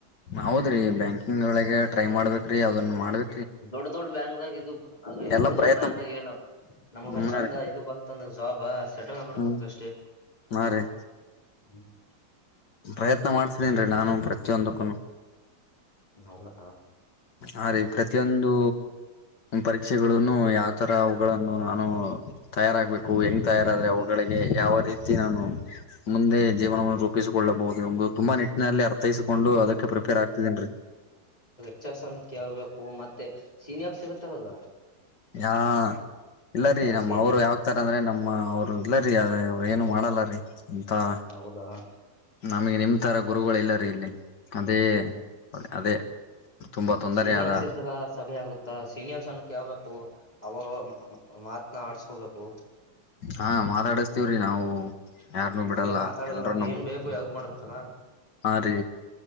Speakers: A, on the left; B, on the left.
A: ಹೌದ್ರಿ ಬ್ಯಾಂಕಿಂಗ್ ಒಳಗೆ ಟ್ರೈ ಮಾಡ್ಬೇಕ. ರೀ ಅದನ್ನು ಮಾಡ್ರ.
B: ದೊಡ್ಡ ದೊಡ್ಡ ಬ್ಯಾಕ್ ದಾಗ ಇದು ಹಾಗ
A: ಎಲ್ಲಾ
B: ದೊಡ್ಡ
A: ಪ್ರಯತ್ನ
B: ದೊಡ್ ಬ್ಯಾಂಕ್ ದಾಗ ಏನು ನಮಗ
A: ಹ್ಮ
B: ಚಂದ
A: ರೀ
B: ಇದು ಬಂತಂದ. ಜೋಬ್ ಸ. ಡೇಟರ್ ಆಗ್ಬೀಡಬೇಕ್
A: ಹ್ಮ್
B: ಅಷ್ಟೇ.
A: ಹಾ ರೀ
B: ಹ್ಮ್
A: ಪ್ರಯತ್ನ ಮಾಡ್ತಿದೇನ್ರಿ ನಾನು ಪ್ರತಿಯೊಂದಕ್ಕುನು
B: ಹೌದಾ
A: ಆ ರೀ ಪ್ರತಿಯೊಂದು.
B: ಹ್ಮ್
A: ಪರೀಕ್ಷೆನು ಯಾವ್ ತರ ಅವುಗಳನ್ನು ನಾನು ತಯಾರಾಗಬೇಕು. ೂ ಹೆಂಗ್ತಾ ಇರದ್ರೆ ಅವುಗಳಿಗೆ
B: ಹ್ಮ್
A: ಯಾವ ರೀತಿ ನಾನು. ಮುಂದೆ ಜೀವನವನ್ನು ರೂಪಿಸಿಕೊಳ್ಳಬಹುದು. ಒ
B: ಹ್ಮ್
A: ತುಂಬಾ ನಿಟ್ಟಿನಲ್ಲಿ ಅರ್ಥೈಸ್ಕೊಂಡು ಅದಕ್ಕೆ ಪ್ರಿಪೇರ್ ಆಗ್ತಿದೇನ್ೀ.
B: ಚ್ಚಕ್ಸಣ ಕೇಳ್ಬೇಕು ಮತ್ತೆ ಸೀನ್ಿಯಾಗ ಸಿಗುತ್ತದ.
A: ಯಾ ಇಲ್ಲರೀ
B: ಹ
A: ನಮ್ಮ್
B: ಸೀನಿಯರ್
A: ಅವ್ರು ಯಾಗ್ತಾರ ಅಂದ್ರೆ ನಮ್ಮ ಅವರು ಇಲ್ಲರಿೀ ಅದೇ ಅವ್ರ ಏನು ಮಾಡಲ್ಲ ಬ ರೀ. ಾ
B: ಹೌದಾ
A: ನಮಗೆ ನಿಮ್ದ. ತರ ಗುರುಗಳ ಎಲ್ಲಾರೀ ಇಲ್ಲಿ.
B: ಹ್ಮ್
A: ಅದೇ ಅದೇ ತುಂಬಾ ತೊಂದರೆ
B: ಸೀನಿಯರ್ಸ್
A: ಆದ
B: ಇದಾಗ ಸರಿ ಆಗುತ್ತಾ ಸೀನಿಯರ್ಸ್ ಅ. ಕಬೇಕು ಅವಾಗ. ಮಾತನ ಆಡ್ಸ್ಕೊಬೇಕು.
A: ಹಾ ಮಾತಾಡ. ತಿವ್ ರಿ ನಾವು. ಯಾರನುೂ
B: ಹ್ಮ್
A: ಬಿಡಲ್ಲ
B: ಅದೇ ಮಾತಾಡ್ದೆ
A: ಎಲ್ರೂನು
B: ನಮಗೆ ಏನ್ ಬೇಕು ಯಾವ್ದುಕ್ ಮಾಡ್ ತ್ತದ.
A: ಹಾ ರೀ